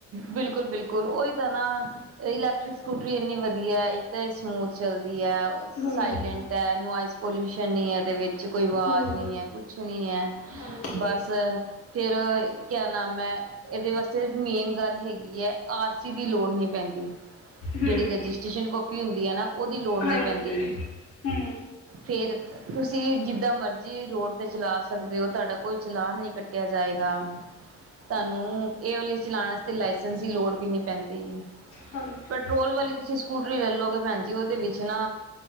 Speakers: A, on the right; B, on the left.
A: ਬਿਲਕੁਲ ਬਿਲਕੁਲ ਉਹੀ ਤਾਂ ਨਾ ਇਲੈਕਟ੍ਰਿਕ ਸਕੂਟਰੀ ਇੰਨੀ ਵਧੀਆ ਤੇ, ਸਮੂਥ ਚੱਲਦੀ ਹੈ,
B: ਹੂੰ
A: ਸਾਈਲੈਂਟ ਹੈ ਨੋਆਇਜ਼ ਪੋਲਊਸ਼ਨ ਨਹੀਂ ਇਹਦੇ ਵਿੱਚ ਕੋਈ ਅਵਾਜ਼
B: ਹੂੰ
A: ਨਹੀਂ ਹੈ ਕੁਛ ਨਹੀਂ ਹੈ।
B: ਹਾਂਜੀ
A: ਬਸ ਫੇਰ ਕਿਆ ਨਾਮ ਹੈ, ਇਹਦੇ ਵਾਸਤੇ ਮੇਨ ਗੱਲ ਗੱਲ ਹੈਗੀ ਹੈ। ਆਰ ਸੀ ਦੀ ਲੋੜ ਨਹੀਂ ਪੈਂਦੀ
B: ਹੂੰ
A: ਜਿਹੜੀ ਰਜਿਸਟ੍ਰੇਸ਼ਨ ਕਾਪੀ ਹੁੰਦੀ ਹੈ, ਨਾ ਉਹਦੀ ਲੋੜ ਨਹੀਂ
B: ਹਾਂਜੀ
A: ਪੈਂਦੀ
B: ਹੂੰ
A: ਫੇਰ ਤੁਸੀਂ ਜਿੱਦਾਂ ਮਰਜ਼ੀ ਰੋਡ ਤੇ ਚਲਾ ਸਕਦੇ ਹੋ। ਚਲਾਨ ਨੀ ਕੱਟਿਆ ਜਾਏਗਾ। ਤੁਹਾਨੂੰ ਇਹ ਵਾਲੀ ਚਲਾਉਣਾ ਵਾਸਤੇ ਲਾਇਸੈਂਸ ਦੀ ਲੋੜ ਵੀ ਨੀ ਪੈਂਦੀ
B: ਹਾਂਜੀ
A: ਪੈਟਰੋਲ ਵਾਲੀ ਤੁਸੀਂ ਸਕੂਟਰੀ ਲੈਲੋਗੇ ਭੈਣ ਜੀ ਉਹਦੇ ਵਿੱਚ ਨਾ